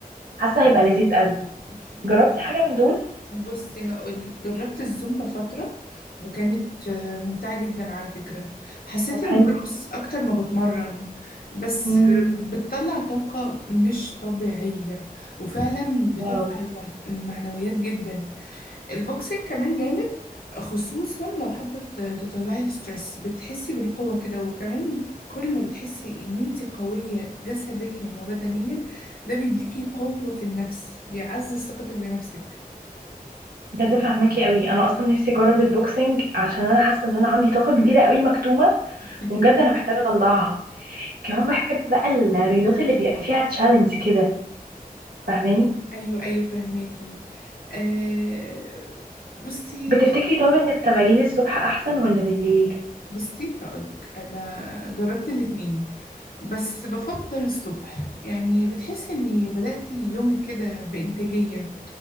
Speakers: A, on the left; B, on the right.
A: اه
B: حاسه هيبقى لذيذ قوي
A: اكيد
B: جربتي حاجه من دول
A: بصي هقول جربت الزومبا فترة وكانت آه، ممتعة جدا على فكرة حسيت
B: طب
A: اني
B: حلو
A: برقص اكتر ما بتمرن بس
B: مم.
A: آه، بتطلع طاقة مش طبيعية وفعلا بترفع
B: واو
A: المع- المعنويات جدا البوكسينج كمان جامد خصوصا لو حابة ت- تطلعي الستريس بتحسي بالقوة كده وكمان كل ما بتحسي ان انت قوية جسديا وبدنيا ده بيديكي قوة في النفس بيعزز ثقتك بنفسك
B: بجد فهماكي قوي انا اصلا نفسي اجرب البوكسنج عشان انا حاسه ان انا عندي طاقه كبيره قوي مكتومه
A: <laughs>
B: وبجد انا محتاجه اطلعها كمان بحب بقى الرياضات اللي بيبقى فيها تشالنج كده فاهماني
A: ايوه ايوه فهماكي آه بصي
B: بتفتكري
A: برضه-
B: طب ان التمارين الصبح احسن ولا بالليل
A: بصي هقولك انا جربت الاتنين بس بفضل الصبح يعني بتحسي اني بدأتي يومك كده بإنتاجية